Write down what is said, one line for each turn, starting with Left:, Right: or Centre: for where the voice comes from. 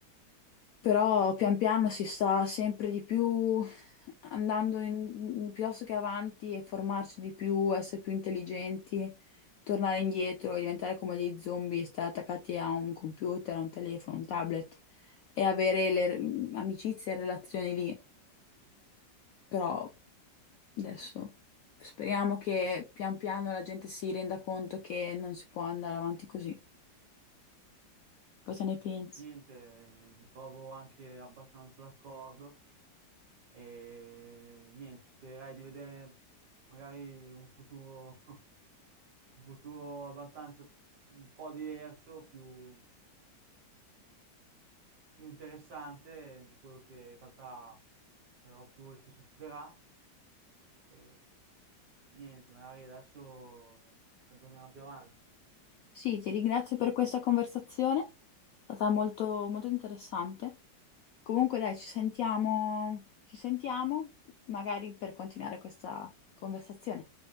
Left: Però pian piano si sta sempre di più andando in- piuttosto che avanti e formarsi di più, essere più intelligenti, tornare indietro, diventare come dei zombie, stare attaccati a un computer, a un telefono, un tablet e avere le re- amicizie e relazioni lì. Però Adesso speriamo che pian piano la gente si renda conto che non si può andare avanti così. Cosa ne pensi?
Right: Niente, mi trovo anche abbastanza d'accordo e niente, spererei di vedere magari un futuro, <laughs> un futuro abbastanza un po' diverso, più, più interessante di quello che in realtà eh, oppure che succederà. E niente, magari adesso ci aggiorniamo più avanti.
Left: Sì, ti ringrazio per questa conversazione, è stata molto, molto interessante. Comunque dai, ci sentiamo, ci sentiamo magari per continuare questa conversazione.